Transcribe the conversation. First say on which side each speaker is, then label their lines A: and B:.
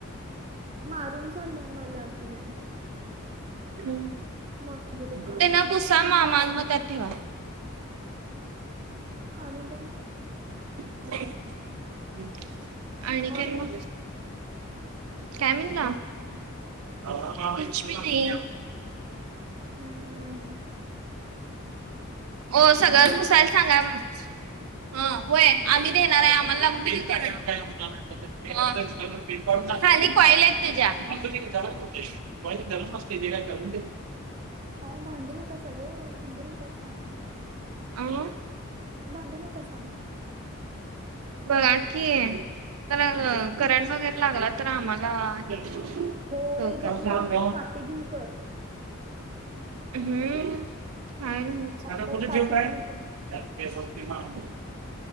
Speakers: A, on the right (about 30°); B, on the right (about 85°).
A: मारून चालल्या मला ते
B: हूं
A: मंजुलिका
B: त्यांना पुुसा मामा अन म त्यात ठेवा.
A: आणि काय
B: <unintelligible> आणि
A: और
B: काय
A: क्या
B: म, काय म्हणला
A: <unintelligible> मग ही
B: कुछ भी नही
A: हम्म
B: ओ सगळच
A: बघ
B: पूसायला
A: की
B: सांगा म हं व्हय आम्ही देणार हाय आम्हाला लाग बिल का काय होणार हाय तो म खाली कॉईल आहेत त्याज्या असुदे की जरा <unintelligible> कॉईल नरम असते तेे काय करून देत नाय.
A: हा भांडू नका सा गं भांडू नका सा
B: आवं
A: भांडू नका सा
B: बघा की, तर करंट वगैरे लागला तर आम्हाला हे
A: होय
B: डोक्यात
A: जपून
B: ताप
A: कर हातात काटी घेऊन कर
B: हम्म काय नाय होत,
A: हातात
B: आता कुठं
A: काटे
B: ठेव काय?
A: घेऊन कर
B: <unintelligible> वरती मामा